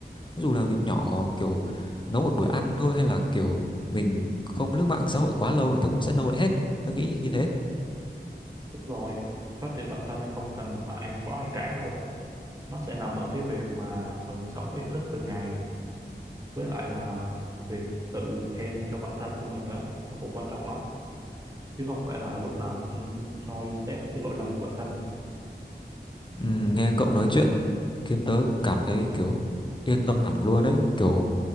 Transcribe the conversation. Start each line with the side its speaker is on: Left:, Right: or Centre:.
Left: dù là việc nhỏ kiểu nấu một bữa ăn thôi hay là kiểu mình không lướt mạng xã hội quá lâu thì tớ cũng sẽ nâu lại hết tớ nghĩ như thế
Right: đúng rồi phát triển bản thân không cần phải quá hoành tráng đâu nó sẽ nằm ở cái việc mà mình sống có ý thức từng ngày với lại là việc tự khen cho bản thân của mình á nó cũng quan trọng lắm chứ không phải là lúc nào cũng soi xét cái lỗi lầm của bản thân
Left: Ừ, nghe cậu nói chuyện khiến tớ cảm thấy kiểu yên tâm hẳn luôn đấy. Kiểu